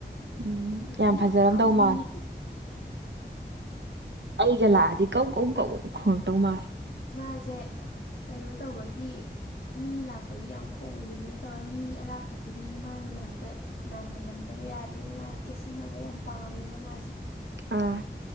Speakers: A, on the right; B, on the left.
A: ꯎꯝ
B: ꯅꯨꯄꯤ
A: ꯌꯥꯝ ꯐꯖꯔꯝꯗꯧ
B: ꯑꯐꯥꯎꯕꯤꯅꯤ
A: ꯃꯥꯜꯂꯦ ꯑꯩꯒ ꯂꯥꯛꯑꯗꯤ ꯀꯧ ꯀꯧ ꯀꯧ ꯈꯣꯡꯉꯛꯇꯧ ꯃꯥꯜꯂꯦ
B: ꯃꯥꯁꯦ ꯀꯩꯅꯣ ꯇꯧꯕꯒꯤ ꯃꯤ ꯂꯥꯛꯄꯒꯤ ꯌꯥꯝ ꯈꯣꯡꯕꯗꯨꯗꯤ ꯅꯠꯇꯕ ꯃꯤ ꯑꯔꯥꯛꯄ ꯈꯨꯗꯤꯡꯒꯤ ꯃꯥꯏ ꯃꯅꯥꯛꯇ ꯅꯥꯜꯍꯜꯂꯝꯗꯕ ꯌꯥꯗꯦꯕ ꯃꯥꯅ ꯀꯦꯠꯁꯟꯅꯕ ꯌꯥꯝ ꯄꯥꯝꯃꯦꯕ ꯃꯥꯁꯦ
A: ꯑꯥ